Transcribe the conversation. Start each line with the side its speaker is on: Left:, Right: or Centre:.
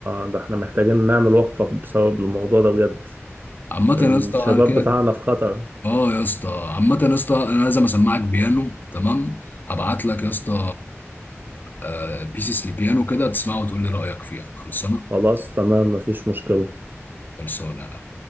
Right: ده احنا محتاجين نعمل وقفة بسبب الموضوع ده بجد
Left: عامة
Right: الشباب
Left: يا اسطى انا كده
Right: بتاعنا في خطر
Left: اه يا اسطى عامة يا اسطى انا لازم اسمعك بيانو تمام هبعت لك يا اسطى آه، بيسيس لبيانو كده تسمعه وتقول لي رأيك فيها خلصانة
Right: خلاص تمام مفيش مشكلة
Left: خلصانة